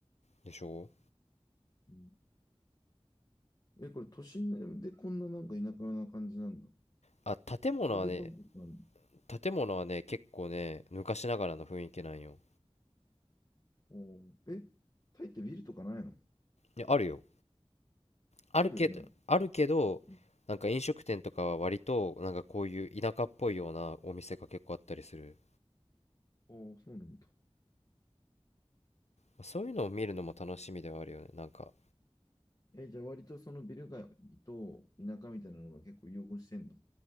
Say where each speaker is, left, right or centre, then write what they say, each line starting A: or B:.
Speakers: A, on the left (about 80°); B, on the left (about 35°).
A: でしょ
B: うん、え、これ都心でこんななんか田舎な感じなんだ。
A: あ建物はね
B: これでバンコクなんだ。
A: 建物はね結構ね昔ながらの雰囲気なんよ
B: おー、え、タイってビルとかないの
A: いやあるよあるけどあるけどなんか飲食店とかは割となんかこういう田舎っぽいようなお店が結構あったりする
B: あるよね。うん。ああ、そうなんだ。
A: まあそういうのを見るのも楽しみではあるよねなんか
B: え、じゃあ割とそのビル街と田舎みたいなのが結構融合してんだ。